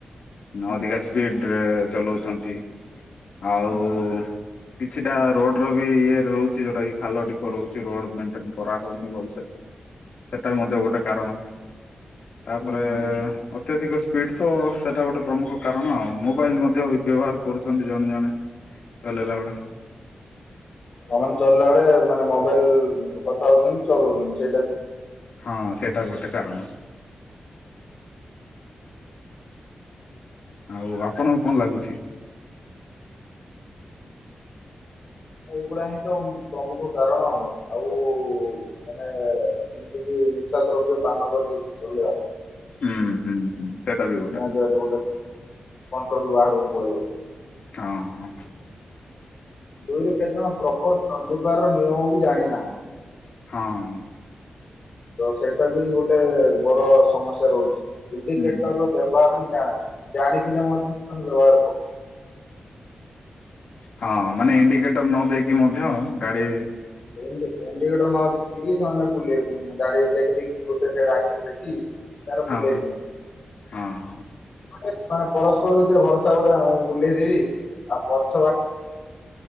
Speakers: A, on the left (about 45°); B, on the left (about 65°).
A: ହୁଁ
B: ଅଧିକା ସ୍ପିଡରେ ଚଲାଉଛନ୍ତି। ଆଉ
A: ହୁଁ
B: କିଛିଟା ରୋଡ଼ ର ବି ଇଏରେ ରହୁଛି ଯୋଉଟା କି ଖାଲ ଢିପ। ରହୁଛି ରୋଡ଼ ମଣ୍ଟେନାନ୍ସ କରାହଉନି ଭଲସେ ସେଟା ବି ମଧ୍ୟ
A: ହୁଁ
B: ଗୋଟେ କାରଣ। ତାପରେ
A: ହୁଁ ହୁଁ ହୁଁ
B: ଅତ୍ୟଧିକ ସ୍ପିଡ ତ ସେଟା ଗୋଟେ ପ୍ରମୁଖ କାରଣ ଆଉ ମୁଁ ମୋବାଇଲ ମଧ୍ୟ ବ୍ୟବହାର। କରୁଛନ୍ତି ଜଣେ ଜଣେ ଚଲେଇବା ବେଳେ।
A: ଆଉ ମାନେ ଚଳିଲା ମାନେ ମୋବାଇଲ କଥା ହଉଛନ୍ତି ଚଉଛନ୍ତି ସେଇଟା।
B: ହଁ ସେଇଟା ଗୋଟେ କାରଣ। ଆଉ ଆପଣଙ୍କୁ କଣ ଲାଗୁଛି?
A: ଏଇଗୁଡା ହିଁ ତ ପ୍ରମୁଖ କାରଣ ଆଉ। ମାନେ
B: ହ <unintelligible>
A: ଯେମିତି
B: <unintelligible>
A: କିି ନିଶା ଦ୍ରବ୍ୟ ପାନ କରି ଚଲେଇବା।
B: ହୁଁ ହୁଁ ହୁଁ ସେଇଟା ବି ଗୋଟେ।
A: ନିହାତି ଭାବରେ ଗୋଟେ କଣ୍ଟ୍ରୋଲ ବାହାରକୁ ପଳେଇବ।
B: ହଁ।
A: ଦୁଇ ରୁ କେତେଜଣ ପ୍ରପର୍ ରବିବାରର ନିୟମ ବି ଜାଣିନାହାନ୍ତି।
B: ହଁ।
A: ତ ସେଇଟା ବି ଗୋଟେ ବଡ ସମସ୍ୟା ରହୁଛି। ଇଣ୍ଡିକେଟର
B: ହୁଁ
A: ବ୍ୟବହାର ଜା-ଜାଣିଥିଲେ ମଧ୍ୟ ବ୍ୟବହାର କର ନାହାଁନ୍ତି।
B: ହଁ ମାନେ ଇଣ୍ଡିକେଟର ନ ଦେଇକି ମଧ୍ୟ ଗାଡ଼ି
A: <unintelligible> ଇଣ୍ଡିକେଟର ନ ଦେଖେଇ କି ସେମାନେ ବୁଲିବାକୁ ଗାଡି ଦେଖି ଦେଖି ଗୋଟେ ସେଇଟା ଆଖିରେ ଦେଖି। <unintelligible>
B: ହଁ ହଁ
A: ମାନେ ପରସ୍ପର ଭିତରେ ଭରସା ଗୋଟେ ମୁଁ ବୁଲେଇଦେବି। ଆଉ ପଛ